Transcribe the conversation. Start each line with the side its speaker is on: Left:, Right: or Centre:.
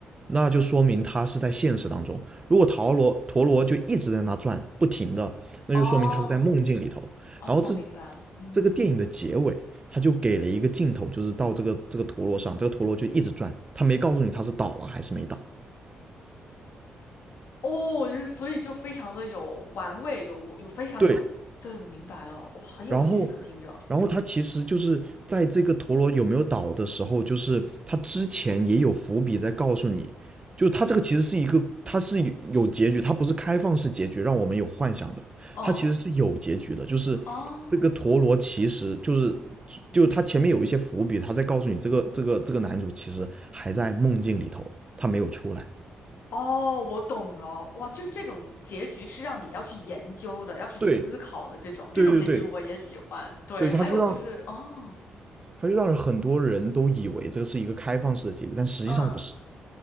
Right: 那就说明他是在现实当中。如果陀螺陀螺就一直在那转，不停的，那就说明他是在梦境里头。
Left: 哦哦，
Right: 然后这
Left: 我明白了，嗯，
Right: 这个电影的结尾，他就给了一个镜头，就是到这个这个陀螺上，这个陀螺就一直转，他没告诉你他是倒了还是没倒。
Left: 哦，就是所以就非常的有玩味，有有非常有，
Right: 对，
Left: 对，我明白了，哇，很有意思，
Right: 然后，
Left: 听着，
Right: 然后他其实就是在这个陀螺有没有倒的时候，就是他之前也有伏笔在告诉你，就他这个其实是一个，它是有结局，它不是开放式结局，让我们有幻想的，
Left: 嗯，
Right: 它其实是有结局的，就是这个陀螺其实就是
Left: 哦，
Right: 就他前面有一些伏笔，他在告诉你这个这个这个男主其实还在梦境里头，他没有出来。
Left: 哦，我懂了，哇，就是这种结局是让你要去研究的，要去思考的这种，
Right: 对
Left: 这种结局我也喜欢，
Right: 对对对
Left: 对，
Right: 对，他就让
Left: 还有就是，哦，
Right: 他就让很多人都以为这个是一个开放式的结局，但实际上不是。
Left: 嗯。